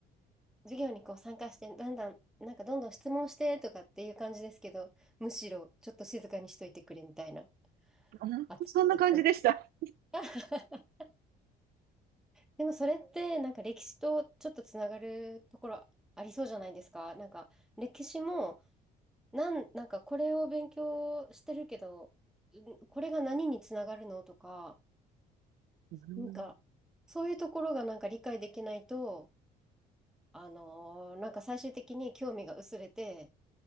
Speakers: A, in the centre; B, on the right.
A: 授業にこう参加して、だんだん、なんかどんどん質問してとかっていう感じですけど、むしろちょっと静かにしといてくれみたいな
B: 本当そんな感じでした。
A: 扱いだった。<laughs> でもそれってなんか歴史とちょっとつながるところありそうじゃないですか。なんか歴史もなん、なんかこれを勉強してるけど、んこれが何につながるのとか、
B: うん
A: なんかそういうところがなんか理解できないと、あのーなんか最終的に興味が薄れて、